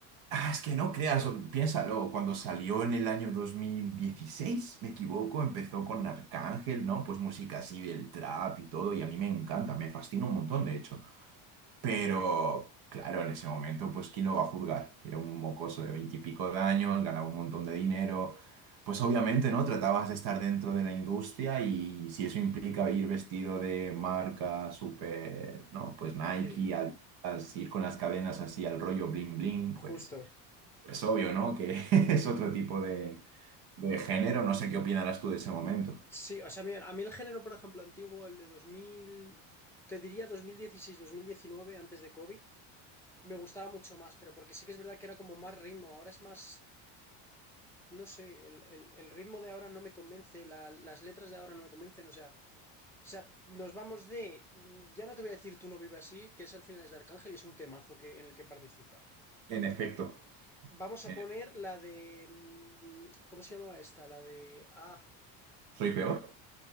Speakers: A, on the right; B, in the centre.
A: Ah, es que no creas, o- piénsalo, cuando salió en el año 2016, me equivoco, empezó con Arcángel, ¿no? Pues música así del trap y todo, y a mí me encanta, me fascina un montón, de hecho. Pero, claro, en ese momento, pues, ¿quién lo va a juzgar? Era un mocoso de veintipico de años, ganaba un montón de dinero. Pues obviamente, ¿no? Tratabas de estar dentro de la industria y si eso implica ir vestido de marca súper, ¿no? Pues Nike,
B: Sí,
A: Adidas, ir con las cadenas así al rollo bling bling,
B: justo.
A: pues... Es obvio, ¿no? Que <laughs> es otro tipo de, de género. No sé qué opinarás tú de ese momento.
B: Sí, o sea, mira, a mí el género, por ejemplo, antiguo, el de 2000, te diría 2016, 2019, antes de COVID, me gustaba mucho más, pero porque sí que es verdad que era como más ritmo, ahora es más no sé, el, el- el ritmo de ahora no me convence, la- las letras de ahora no me convencen, o sea, o sea, nos vamos de, mm, ya no te voy a decir Tú no vives así, que es al final es de Arcángel y es un temazo que, en el que participa.
A: En efecto,
B: Vamos a
A: eh,
B: poner la de, mm, ¿cómo se llamaba esta? La de, ah,
A: soy peor.